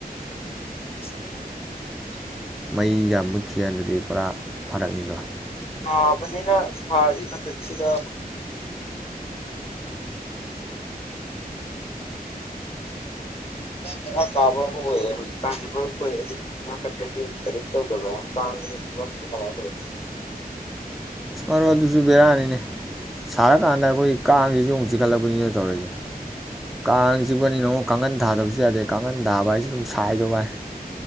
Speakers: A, on the left; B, in the centre.
A: <inaudible>
B: ꯃꯩꯌꯥꯝ ꯃꯨꯛꯈꯤ ꯒꯥꯟꯗꯗꯤ ꯄꯨꯔꯥ ꯐꯔꯛꯅꯤꯗꯣ
A: ꯁꯥꯕꯅꯤꯅ ꯁꯥꯔꯤ ꯃꯊꯛꯁꯤꯗ ꯍꯧꯖꯤꯛꯀꯥꯟꯖꯦ ꯕꯦꯔ ꯀꯥꯕ ꯑꯃ ꯑꯣꯏꯔꯦ ꯍꯧꯖꯤꯛꯀꯥꯟꯖꯦ ꯃꯔꯨꯞꯈꯣꯏ ꯑꯗꯣꯝ ꯅꯥꯀꯟꯗꯗꯤ ꯀꯔꯤꯝ ꯇꯧꯗꯕ꯭ꯔ ꯀꯥꯡꯒꯤ ꯐꯤꯕꯝꯗꯤ ꯀꯃꯥꯏ ꯇꯧꯋꯤ
B: ꯃꯔꯨꯞ ꯑꯗꯨꯁꯨ ꯕꯦꯔꯥꯅꯤꯅꯦ ꯁꯥꯔꯀꯥꯟꯗ ꯑꯩꯈꯣꯏ ꯀꯥꯡꯁꯤꯁꯨ ꯑꯃꯨꯛ ꯆꯤꯈꯠꯂꯛꯄꯅꯤꯅ ꯇꯧꯔꯤꯁꯦ ꯀꯥꯡ ꯆꯤꯛꯄꯅꯤ ꯑꯃꯨꯛ ꯀꯥꯡꯈꯟ ꯊꯥꯗꯕꯁꯨ ꯌꯥꯗꯦ ꯀꯥꯡꯈꯟ ꯊꯥꯕ ꯍꯥꯏꯁꯨ ꯑꯗꯨꯝ ꯁꯥꯏꯗꯣ ꯚꯥꯏ